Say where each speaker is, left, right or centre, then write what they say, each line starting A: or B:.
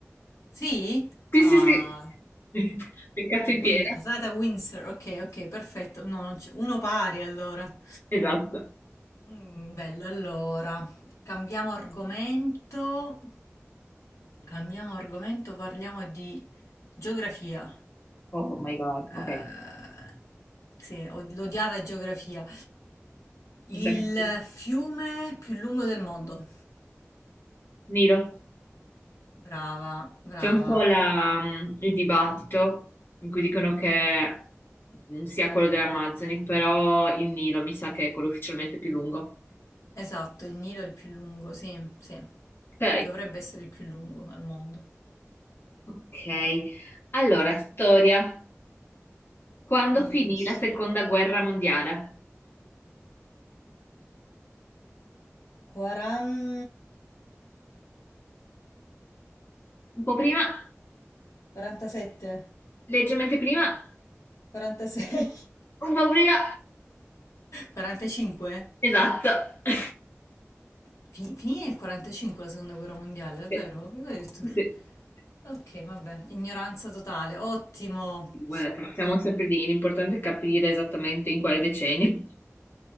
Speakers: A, on the left (about 85°); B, on the left (about 50°).
A: Sì?
B: Sì,
A: Ah,
B: sì, sì. <laughs> peccato in
A: Win-
B: piedi.
A: casata Windsor. Ok, ok, perfetto. No, non c'è- uno pari allora.
B: Esatto.
A: Mm, bello, allora. Cambiamo argomento. Cambiamo argomento, parliamo di geografia.
B: Oh my God,
A: Eh,
B: ok.
A: sì, od- l'odiata geografia. Il
B: Mi sa che sì.
A: fiume più lungo del mondo.
B: Nilo.
A: Brava, brava.
B: C'è un po' la- mm, il dibattito in cui dicono che mm, sia quello delle Amazzoni, però il Nilo mi sa che è quello ufficialmente più lungo.
A: Esatto, il Nilo è il più lungo, sì, sì.
B: Ok,
A: Dovrebbe essere il più lungo al mondo.
B: ok. Allora, storia. Quando
A: Ui,
B: finì
A: ui, storia.
B: la seconda guerra mondiale?
A: 48?
B: Un po' prima,
A: 47?
B: leggermente prima,
A: 46?
B: un po' prima.
A: 45?
B: Esatto. <laughs>
A: <laughs> Fin- finì nel 45 la seconda guerra mondiale, è
B: Sì.
A: vero? Io avevo detto... il-
B: Sì.
A: Ok, vabbè, ignoranza totale, ottimo.
B: Guarda, siamo sempre lì, l'importante è capire esattamente in quale decennio.